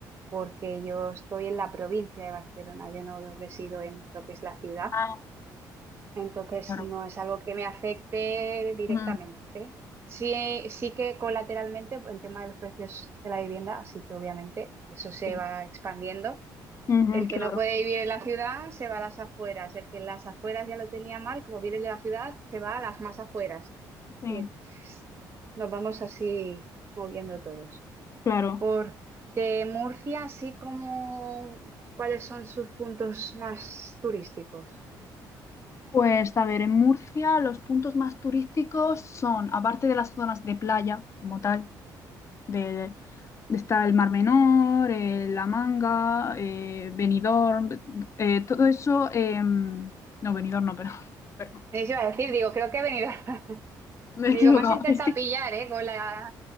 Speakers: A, on the right; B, on the left.
A: porque yo estoy en la provincia de Barcelona, yo no resido en lo que es la ciudad,
B: Ah,
A: entonces
B: claro.
A: no es algo que me afecte directamente.
B: Ujú,
A: Sí, sí que colateralmente el tema de los precios de la vivienda, así que obviamente eso se
B: sí.
A: va expandiendo
B: Ujú,
A: el
B: claro.
A: que no puede vivir en la ciudad se va a las afueras. El que en las afueras ya lo tenía mal, como viene de la ciudad, se va a las más afueras.
B: Sí,
A: Y entonces nos vamos así moviendo todos.
B: claro.
A: Porque Murcia, así como, ¿cuáles son sus puntos más turísticos?
B: Pues a ver, en Murcia los puntos más turísticos son, aparte de las zonas de playa como tal, del- está el Mar Menor, eh, La Manga, eh, Benidorm, eh, todo eso, em, no, Benidorm no, pero, <laughs> perdón,
A: Eso iba a decir, digo, creo que he venido. <laughs>
B: me he
A: Digo,
B: equivocado.
A: más intenta
B: Es que,
A: pillar, ¿eh? Con la,